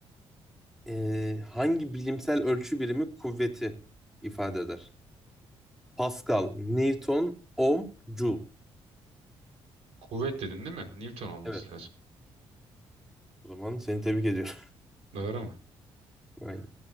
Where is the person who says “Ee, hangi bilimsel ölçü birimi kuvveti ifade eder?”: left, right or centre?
Centre